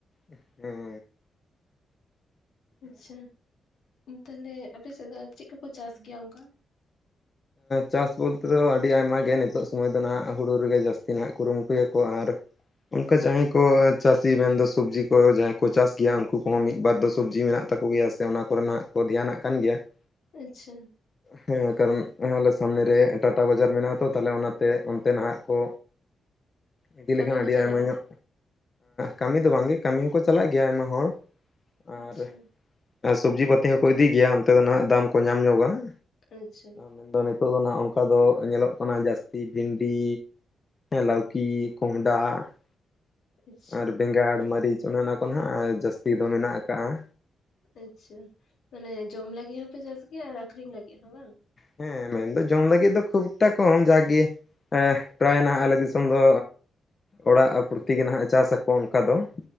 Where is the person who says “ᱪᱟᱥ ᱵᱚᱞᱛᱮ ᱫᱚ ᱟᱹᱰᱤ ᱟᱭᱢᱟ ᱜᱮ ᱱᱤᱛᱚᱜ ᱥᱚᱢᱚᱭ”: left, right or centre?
Left